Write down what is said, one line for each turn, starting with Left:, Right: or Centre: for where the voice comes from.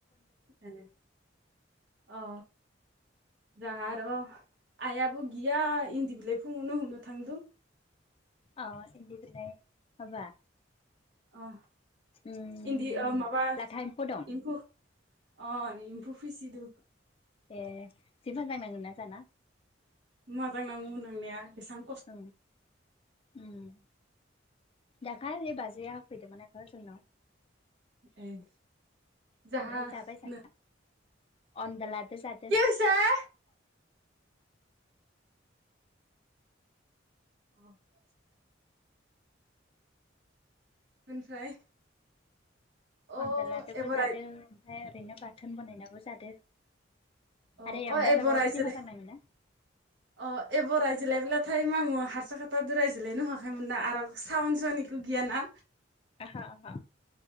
Right: <unintelligible> अ जाहा आर' आइयाबो गिया इन्दि बिलाइ फुङावनो हुनो थांदु।
Left: अ इन्दि बिलाय माबा।
Right: अ
Left: उम
Right: इन्दि ओ माबा
Left: लाथा एम्फौ दं
Right: एम्फु अ निम्फु फिसिदु।
Left: ए जि मोजां नांगोन ना जाना?
Right: <unintelligible> नांनाया एसां
Left: औ उम। दाखालि बाजेया होफैदोंमोन आख' जोंनाव।
Right: ए। जाहानो
Left: ओमफाय जाबाय जाहा अनद्लादो जादो।
Right: <unintelligible> औ <inaudible> बेनिफ्राय अ
Left: अनद्लादोबो
Right: एबाराय
Left: जादो ओमफाय ओरैनो बाथोन बनायनाबो जादो।
Right: अ
Left: आरो एवना
Right: अ एब'
Left: जाबाबो
Right: रायजो
Left: जि मोजां नाङोना <inaudible>
Right: अ एब' रायज्लायब्लाथाय मा बुङ' हारसा भाखाद' रायज्लायनो हुवाखैमोन ना आरो सावन सनि गो गियाना
Left: आहा आहा